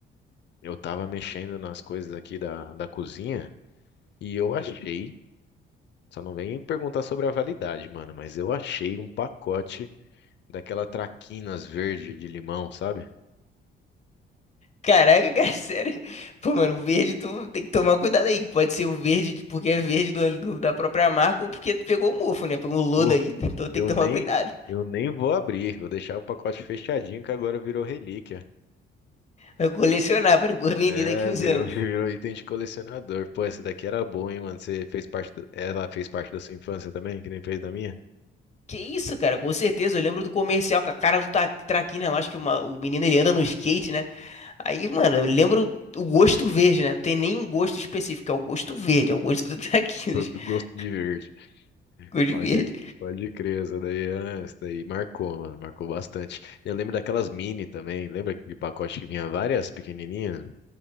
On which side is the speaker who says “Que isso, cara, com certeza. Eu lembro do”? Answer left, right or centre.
Left